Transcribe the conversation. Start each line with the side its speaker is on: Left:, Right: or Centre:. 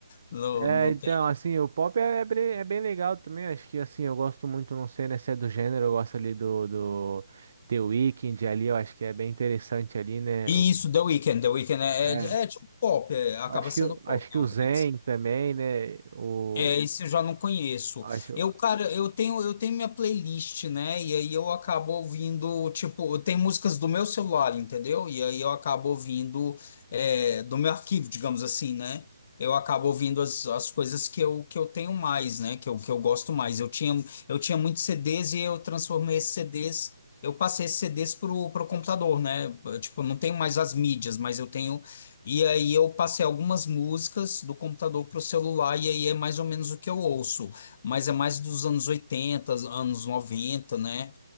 Left: não,
Right: É,
Left: não
Right: então,
Left: tem.
Right: assim, o pop é, é bem, é bem legal também. Acho que, assim, eu gosto muito, não sei, né, se é do gênero, eu gosto ali do, do The Weeknd ali, eu acho que é bem interessante ali, né?
Left: Isso,
Right: O,
Left: The Weeknd, The Weeknd é,
Right: é,
Left: é, é tipo pop, é, acaba
Right: acho
Left: sendo
Right: que,
Left: pop,
Right: acho que
Left: eu
Right: o Zen
Left: creio
Right: também, né? O,
Left: É, esse eu já não conheço.
Right: acho,
Left: Eu, cara, eu tenho, eu tenho minha playlist, né? E aí eu acabo ouvindo, tipo, eu tenho músicas do meu celular, entendeu? E aí eu acabo ouvindo, é, do meu arquivo, digamos assim, né? Eu acabo ouvindo as, as coisas que eu, que eu tenho mais, né? Que eu, que eu gosto mais. Eu tinha, eu tinha muitos CDs e eu transformei esses CDs, eu passei esses CDs pro, pro computador, né? Tipo, eu não tenho mais as mídias, mas eu tenho e aí eu passei algumas músicas do computador para o celular e aí é mais ou menos o que eu ouço, mas é mais dos anos oitenta anos noventa né?